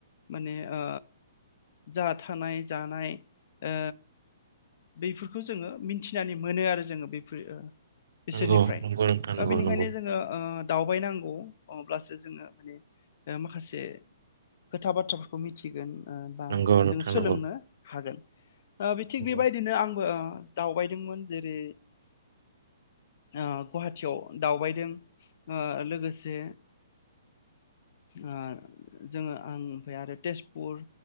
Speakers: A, on the left (about 50°); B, on the right (about 70°).
A: माने ओ जा थानाय जानाय ओ बैफोरखौ जोङो मिथिनानै मोनो आरो जोङो बैफोर ओ बिसोरनिफ्राय
B: नंगौ नंगौ नोंथां नंगौ
A: दा बेनिखायनो
B: नंगौ
A: जोङो ओ दावबायनांगौ अब्लासो जोङो माने ओ माखासे खोथा बाथ्राफोरखौ मिथिगोन बा
B: नंगौ नोंथां
A: जोङो सोलोंनो
B: नंगौ
A: हागोन ओ बि थिग
B: नंगौ
A: बेबायदिनो आंबो दावबायदोंमोन जेरै ओ गुवाहाटियाव दावबायदों ओ लोगोसे ओ जोङो ओ ओमफ्राय आरो तेजपुर